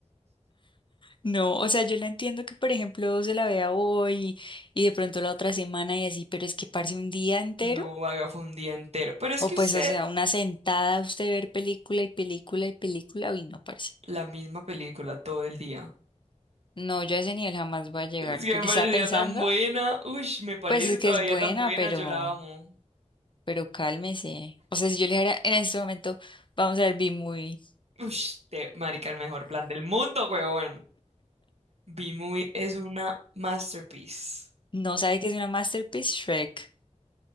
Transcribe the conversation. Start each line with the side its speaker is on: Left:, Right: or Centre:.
Left: No, o sea, yo la entiendo que, por ejemplo, se la vea hoy y de pronto la otra semana y así, pero es que parce un día entero.
Right: No vaga, fue un día entero. Pero es
Left: O
Right: que
Left: pues,
Right: usted,
Left: o sea, una sentada, usted ver película y película y película. Uy, no, parce.
Right: la misma película todo el día.
Left: No, yo a ese nivel jamás voy a llegar.
Right: Es que
Left: Porque
Right: me pareció
Left: estaba pensando,
Right: tan buena. Uy, me parece
Left: pues es
Right: todavía
Left: que es buena,
Right: tan buena.
Left: pero.
Right: Yo la amo.
Left: Pero cálmese. O sea, si yo le dijera en este momento, vamos a ver B-Movie,
Right: Uy, te, marica, el mejor plan del mundo, huevón. B-Movie es una masterpiece.
Left: no sabe que es una masterpiece, Shrek.